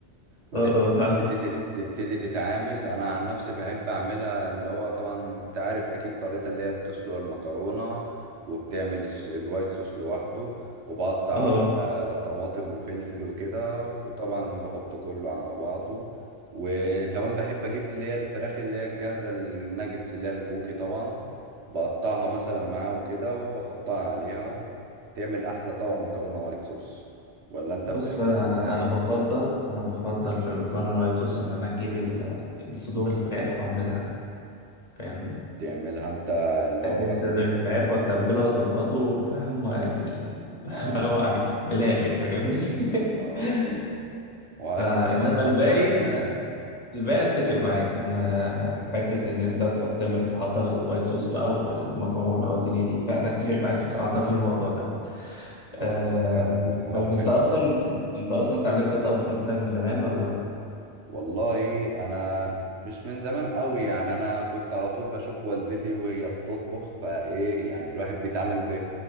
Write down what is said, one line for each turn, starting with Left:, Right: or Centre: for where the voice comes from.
Right: وتبتدي
Left: اه اه فاهم
Right: تتعامل انا عن نفسي بحب اعملها اللي هو طبعا انت عارف اكيد طريقة اللي هي بتسلق المكرونة وبتعمل الس- الوايت صوص لوحده وبقطع
Left: اه آه.
Right: آه، طماطم وفلفل وكده وطبعا بحط كله على بعضه وكمان بحب اجيب اللي هي الفراخ اللي هي الجاهزة الناجتس اللي هي الكوكي طبعا بقطعها مثلا معاه وكده وبحطها عليها وتعمل احلى طبق مكرونة وايت صوص ولا انت
Left: بص
Right: بتعملها
Left: انا
Right: ازاي؟
Left: انا بفضل انا بفضل في المكرونه الوايت صوص ان انا اجيب ال- الصدور الفراخ واعملها انا فاهم
Right: تعملها انت اللي
Left: اجيب
Right: هو مثلا
Left: صدر الفراخ واتبله واظبطه فاهم يعني <laughs>
Right: اه
Left: بروق
Right: فهمت
Left: عليه بالاخر فاهمني <laughs>
Right: اه فهمتك واكيد
Left: فانما
Right: طبعا
Left: الباقي
Right: اذواق
Left: انا
Right: يعني
Left: اتفق الباقي اتفق معاك ان آه، حته ان انت تحط تعمل تحضر الوايت صوص بقى والمكرونه والدنيا دي فانا اتفق معاك في صراحه في الموضوع ده
Right: اه
Left: أه...
Right: هو فعلا الحوار
Left: طيب
Right: حلو
Left: انت اصلا
Right: يعني.
Left: انت اصلا اتعلمت الطبخ مثلا من زمان ولا
Right: والله انا مش من زمان قوي يعني انا كنت على طول بشوف والدتي وهي بتطبخ فايه يعني الواحد بيتعلم ب...